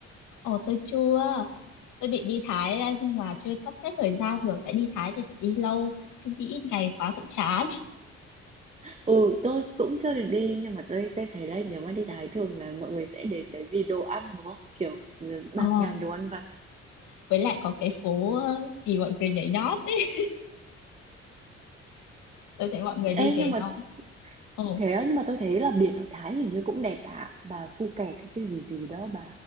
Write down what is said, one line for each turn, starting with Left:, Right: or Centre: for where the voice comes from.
Left: Ồ, tôi chua. Tôi định đi Thái ra nhưng mà chưa sắp xếp thời gian được. Tại đi Thái thì phải đi lâu. Chứ đi ít ngày quá cũng chán.
Right: Ừ, tôi cũng chưa được đi nhưng mà tôi tôi thấy là nếu mà đi Thái thường là mọi người sẽ đến đấy vì đồ ăn đúng không? Kiểu ừ, bạt
Left: Ờ
Right: ngàn đồ ăn vặt.
Left: với lại có cái phố ờ, gì mọi người nhảy nhót ấy tôi thấy mọi người đi
Right: Ê nhưng
Left: về
Right: mà
Left: xong ồ
Right: thế á, nhưng mà tôi thấy là biển ở Thái hình như cũng đẹp ạ. Bà Phuket hay cái gì gì đó bà